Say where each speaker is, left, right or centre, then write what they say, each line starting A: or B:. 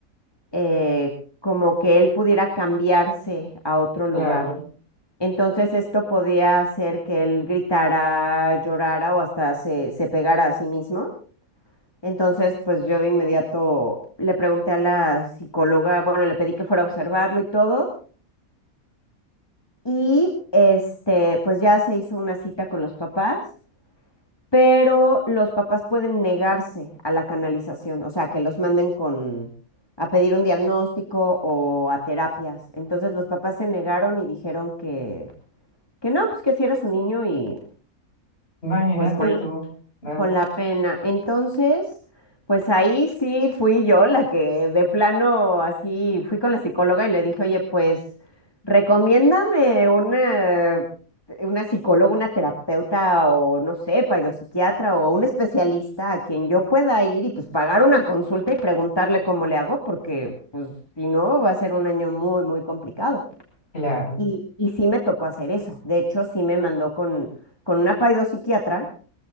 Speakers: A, on the left; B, on the left.
A: eh, como que él pudiera cambiarse a otro lugar.
B: claro.
A: Entonces esto podía hacer que él gritara, llorara o hasta se, se pegara a sí mismo. Entonces, pues yo de inmediato le pregunté a la psicóloga, bueno, le pedí que fuera a observarlo y todo, y este, pues ya se hizo una cita con los papás, pero los papás pueden negarse a la canalización, o sea, que los manden con a pedir un diagnóstico o a terapias. Entonces, los papás se negaron y dijeron que que no, pues que si era su niño y
B: Imagínate
A: pues con
B: tú, ¿no?
A: con la pena. Entonces, pues ahí sí fui yo la que de plano así fui con la psicóloga y le dije, oye, pues recomiéndame una, una psicóloga, una terapeuta o no sé, psiquiatra o un especialista a quien yo pueda ir y pues pagar una consulta y preguntarle cómo le hago, porque pues si no va a ser un año muy, muy complicado.
B: Claro.
A: Y, y sí me tocó hacer eso. De hecho, sí me mandó con, con una psiquiatra